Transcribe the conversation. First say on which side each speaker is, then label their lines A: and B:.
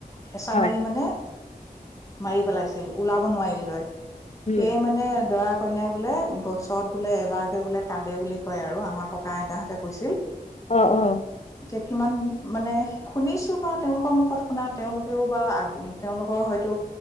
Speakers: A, on the left (about 20°); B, on the left (about 45°).
A: হেঁচা
B: হয়
A: মাৰি মানে। মাৰি পেলাইছিল ওলাব নোৱাৰিল গৈ
B: উম
A: সেয়ে মানে দৰাক। কইনাই বোলে বছৰত বোলে এবাৰকে বোলে কানদে বুলি কয় আৰু আমাৰ ককা আইতাহঁতে কৈছিল।
B: অ অ
A: <unintelligible> কিমান মানে শুনিছোঁ বা তেওঁলোকৰ মুখত শুনা তেওঁলোকেও বা তেওঁলোকৰ হয়তো